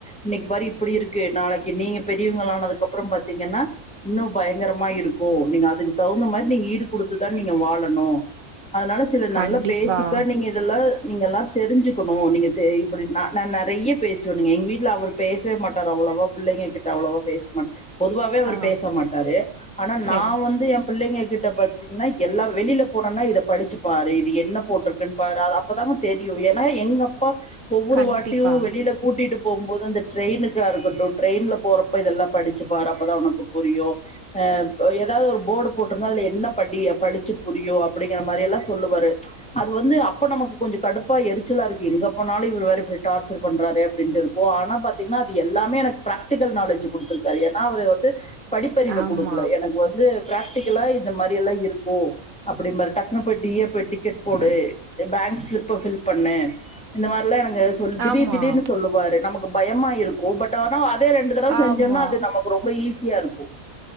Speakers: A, in the centre; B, on the right.
A: இன்னைக்கு பாரு இப்படி இருக்கு நாளைக்கு நீங்க பெரியவங்கள் ஆனதுக்கு அப்றோ பாத்தீங்கன்னா இன்னு பயங்கரமா இருக்கு நீங்க அதுக்கு தவுந்த மாரி நீங்க ஈடு குடுத்து தா நீங்க வாழணு அதனால சில நல்ல
B: கண்டிப்பா.
A: பேசிக்கா நீங்க இதெல்லா நீங்கள்ல்லா தெரிஞ்சுக்கணு நீங்க தே இப்படி நா நா நறைய பேசுவ நீங்க எங்க வீட்ல அவருக் பேசவே மாட்டாரு அவ்வளவா பிள்ளங்ககிட் ட அவ்ளவா பேச மாட்ட பொதுவாவே அவரு
B: ஆ
A: பேச மாட்டாரு ஆனா
B: சரி
A: நா வந்து எம் பிள்ளைங்க கிட்ட பாத்தீங்கன்னா எல்லா வெளியில போனோனா இத படிச்சு பாரு இது என்ன போட்ருக் க்குன் பாரு அது அப்பதாங்க தெரியு ஏன்னா எங்க அப்பா ஒவ்வொரு
B: கண்டிப்பாக
A: வாட்டியு வெளியில கூட்டிட்டு போகும் போது அந்த ட்ரெயினுக்கா இருக்கட்டு ட்ரெயின்லப் போறப்ப இதெல்லா படிச்சு பாரு அப்பதா உனக்கு புரியு அத் ஒ ஏதாவது ஒரு போர்டு போட்டிருந்தா அதுல என்ன படி அ படிச்சு புரியு அப்படிங்கிற மாரி எல்லா சொல்லுவாரு ம்ச் அது வந்து அப்ப நமக்கு கொஞ்சோ கடுப்பா எரிச்சலா இருக்கு எங்கப்போனாலு இவர் வேற இப்படி டார்ச்சர் பண்றாரு அப்டின்ட்டு இருக் கு ஆனா பாத்தீங்கன்னா அது எல்லாமே எனக்கு பிராக் டிகல் நாலெட்ஜ்ஜு குடுத்துருக்காரு ஏன்னா அவர் வந்து படிப்பறிவ
B: ஆமாம்
A: குடுக்கல எனக்கு வந்து பிராக்டிக்கலா இந்த மாரி எல்லா இருக்கு அப்படிம் பாரு டக்குனு போய் டீயப்பு டிக்கெட் போடு பேங்க்ஸ்லிப்ப ஃபில் பண்ணு இந்த மாறில்லா நாங்க சொல் திடீர்
B: ஆமாம்
A: திடீர்னு சொல்லுவாரு நமக்கு பயமா இருக்கும் பட் ஆனா அதே ரெண்டு தடவ
B: ஆமாம்
A: செஞ்சம்னா அது நமக் ரொம்ப ஈஸியா இருக்கும்